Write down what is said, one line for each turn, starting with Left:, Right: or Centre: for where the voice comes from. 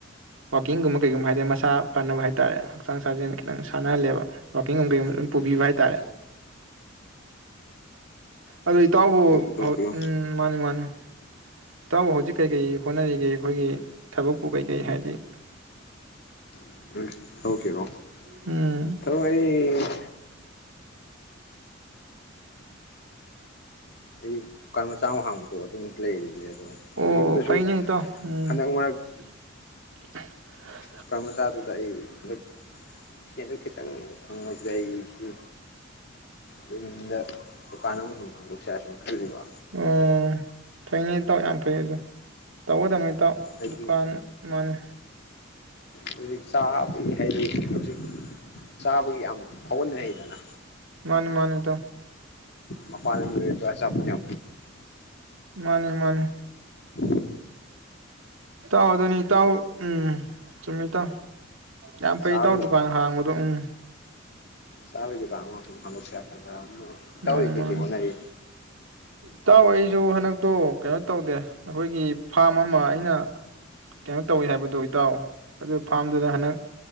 Right: ꯋꯥꯜꯀꯤꯡ ꯒꯨꯝꯕ ꯀꯩꯒꯨꯝꯕ ꯍꯥꯏꯗꯤ ꯃꯁꯥ ꯐꯅꯕ ꯍꯥꯏꯇꯥꯔꯦ ꯍꯛꯆꯥꯡ ꯁꯥꯖꯦꯟ ꯈꯤꯇꯪ ꯁꯥꯅꯍꯜꯂꯦꯕ ꯋꯥꯜꯀꯤꯡ ꯑꯝꯒꯨꯝꯒ ꯂꫭꯏ
Left: ꯄꯨꯊꯣꯛꯄꯤꯌꯨ
Right: ꯄꯨꯕꯤꯕ ꯍꯥꯏꯇꯥꯔꯦ꯫ ꯑꯗꫭ ꯏꯇꯥꯎꯕꯨ
Left: ꯄꯨꯊꯣꯛꯄꯤꯌꯨ
Right: ꯍꫭꯏ ꯃꯥꯅꯦ-ꯃꯥꯅꯦ ꯏꯇꯥꯎꯕꯨ ꯍꯧꯖꯤꯛ ꯀꯩ-ꯀꯩ ꯍꫭꯠꯅꯔꯤꯒꯦ ꯑꯈꫭꯏꯒꯤꯊꯕꯛꯄꯨ ꯀꯩ-ꯀꯩ ꯍꯥꯏꯗꯤ
Left: ꯑꫭꯏ ꯊꯕꯛꯀꯤꯔꫭ
Right: ꯎꯝ
Left: <unintelligible> ꯑꯩ ꯗꯨꯀꯥꯟ ꯃꯆꯥꯃ ꯍꯥꯡꯕꯗꫭ ꯑꯗꯨꯃꯨꯛ ꯂꯩꯔꯤꯌꯦ꯫
Right: ꯑꯣ
Left: ꯑꯗꫭ ꯌꯨꯝꯗꯁꯨ
Right: ꯐꯩꯅꯦ ꯏꯇꯥꯎ ꯎꯝ
Left: ꯍꯟꯗꯛ ꯃꯔꯛ
Right: <unintelligible>
Left: ꯗꯨꯀꯥꯟ ꯃꯆꯥꯗꯨꯗ ꯑꯩ ꯍꯟꯗꯛ ꯁꯦꯟꯗꫭ ꯈꯤꯇꯪ ꯐꯪꯕꯁꯤꯗ ꯑꯩꯁꯤ ꯌꯨꯝꯗ ꯗꯨꯀꯥꯟ ꯑꯃꯁꯨꯝ ꯍꯥꯡꯗꫭꯛꯁꯤꯔꯥ ꯁꯨꯝ ꯈꯜꯂꯤꯕ
Right: ꯝꯝꯝ ꯐꯩꯅꯦ ꯏꯇꯥꯎ ꯌꯥꯝ ꯐꯩꯌꯦ ꯑꯗꫭ ꯇꯧꯒꯗꯕꯅꯤ꯫ ꯏꯇꯥꯎ
Left: ꯍꯥꯏꯗꯤ
Right: ꯗꯨꯀꯥꯟ ꯃꯥꯅꯦ
Left: ꯍꯧꯖꯤꯛ ꯆꯥꯕꯩ ꯍꯥꯏꯗꯤ ꯍꯧꯖꯤꯛ ꯆꯥꯕꯒꯤ ꯌꯥꯝ ꯐꯥꯎꯒꯠꯅꯔꯛꯏꯗꯅ
Right: ꯃꯥꯅꯦ-ꯃꯥꯅꯦ ꯏꯇꯥꯎ꯫
Left: ꯃꯄꯥꯜ ꯂꯃꯗ
Right: ꯃꯥꯅꯤ ꯃꯥꯅꯤ
Left: <inaudible> <inaudible>
Right: ꯏꯇꯥꯎ ꯑꯥꯗꯨꯗꯤ ꯏꯇꯥꯑꯣ ꯎꯝ ꯆꯨꯝꯃꯤ ꯏꯇꯥꯎ ꯌꯥꯝ ꯐꯩ
Left: ꯆꯥꯕꯒꯤ
Right: ꯏꯇꯥꯎ ꯗꯨꯀꯥꯟ ꯍꯥꯡꯕꯗꯣ ꯎꯝ
Left: ꯆꯥ ꯕꯩ ꯗꯨꯀꯥꯟ ꯑꯃꯥ ꯁꯨꯝ ꯐꯝꯃꯁꯤꯔꯥ ꯈꯜꯂꯝꯕ ꯏꯇꯥꯎꯗꯤ
Right: ꯃꯥꯅꯤ
Left: ꯀꯩ
Right: ꯃꯥꯅꯤ
Left: ꯀꯩ ꯍꯣꯠꯅꯥꯔꯤ
Right: ꯏꯇꯥꯎ ꯑꯩꯁꯨ ꯍꯟꯗꯛꯇꯣ ꯀꯩꯅꯣ ꯇꯧꯗꯦ ꯑꯩꯈꯣꯌꯒꯤ ꯐꯥꯔꯝ ꯑꯃꯥ ꯑꯩꯅꯥ ꯀꯩꯅꯣ ꯇꯧꯏ ꯍꯥꯌꯕꯥꯗꯣ ꯏꯇꯥꯎ ꯑꯗꯨ ꯐꯥꯔꯝ ꯗꯨꯗꯥ ꯍꯟꯗꯛ